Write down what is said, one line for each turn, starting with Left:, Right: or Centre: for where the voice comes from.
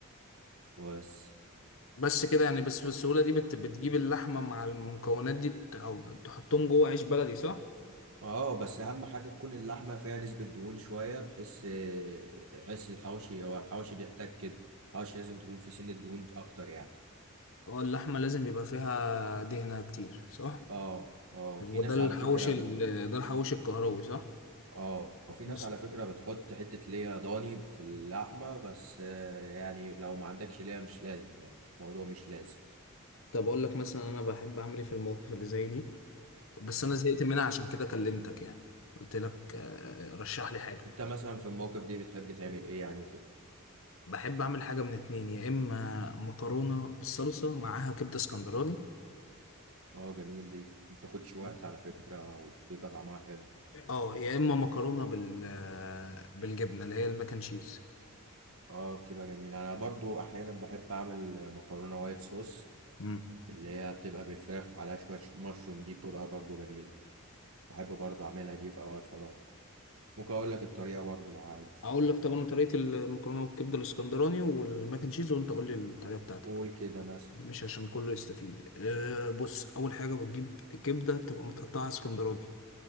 Right: بس
Left: بس كده يعني بس بالسهوله دي بت... بتجيب اللحمه مع المكونات دي ت- او تحطهم جوه عيش بلدي صح
Right: اه بس اهم حاجه تكون اللحمه فيها نسبه دهون شويه بحيث بحيث الحواشي هو الحواشي بيحتاج كده الحواشي لازم تكون في سن الدهون اكتر يعني
Left: هو اللحمة لازم يبقى فيها دهنة كتير صح؟
Right: اه اه
Left: وده
Right: في ناس
Left: الحوش
Right: على فكره
Left: ال...
Right: بت...
Left: ده الحوش الكهربي صح؟
Right: اه في
Left: بس
Right: ناس على فكره بتحط حته ليا ضاني في اللحمه بس آه، يعني لو ما عندكش ليا مش لازم يعني الموضوع مش لازم
Left: طب أقول لك مثلا أنا بحب أعمل إيه في المواقف اللي زي دي بس أنا زهقت منها عشان كده كلمتك يعني قلت لك آه، رشح لي حاجة
Right: انت مثلا في الموقف دي بتحب تعمل ايه يعني وكده
Left: بحب أعمل حاجة من اتنين يا إما مكرونة بالصلصة معاها كبدة اسكندراني
Right: اه جميل دي ما بتاخدش وقت على فكره وبيبقى طعمها حلو
Left: أه يا إما مكرونة بال... آه، بالجبنة اللي هي الماك أند تشيز
Right: اه بتبقى جميلة انا برضو احيانا بحب اعمل مكرونة وايت صوص
Left: مم.
Right: اللي هي بتبقى بالفراخ وعليها شوية مشروم دي بتبقى برضو جميلة بحب برضو اعملها دي في اوقات فراغ ممكن اقول لك الطريقة برضو لو عاوز
Left: أقول لك طب أنا طريقة المكرونة بالكبدة الاسكندراني والماك أند تشيز وأنت قول لي الطريقة بتاعتك
Right: قول كده مثلا
Left: مش عشان كله يستفيد أه بص اول حاجه بتجيب كبده بتبقى متقطعه اسكندراني